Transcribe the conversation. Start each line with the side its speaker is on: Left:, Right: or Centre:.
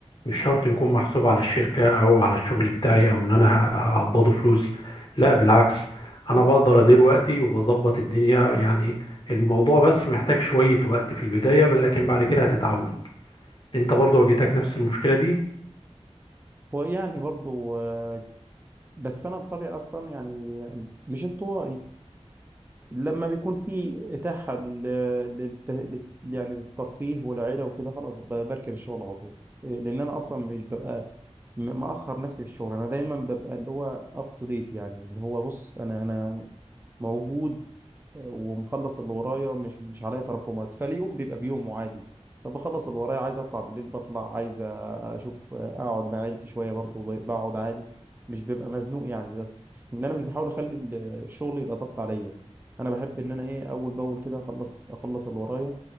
Left: مش شرط يكون محسوب على الشركة أو على الشغل بتاعي أو إن أنا ه- هقبضه فلوس لا بالعكس أنا بقدر أدير وقتي وبظبط الدنيا يعني الموضوع بس محتاج شوية وقت في البداية بل- لكن بعد كده هتتعود أنت برضو واجهتك نفس المشكلة دي
Right: هو يعني برضو آه، بس انا بطبيعي اصلا يعني مش انطوائي لما بيكون في اتاحه لل... للت... لل... يعني للترفيه والعيله وكده خلاص ب- بركن الشغل على طول لان انا اصلا مش ببقى م- مأخر نفسي في الشغل انا دايما ببقى اللي هو اب تو ديت يعني اللي هو بص انا انا موجود ومخلص اللي ورايا مش مش عليا تراكمات فاليوم بيبقى بيومه عادي فبخلص اللي ورايا عايز اطلع بالليل بطلع عايز اشوف اقعد مع عيلتي شويه برضو بقعد عادي مش ببقى مزنوق يعني بس ان انا مش بحاول اخلي ال- الشغل يبقى ضغط عليا انا بحب ان انا ايه اول باول كده اخلص اخلص اللي ورايا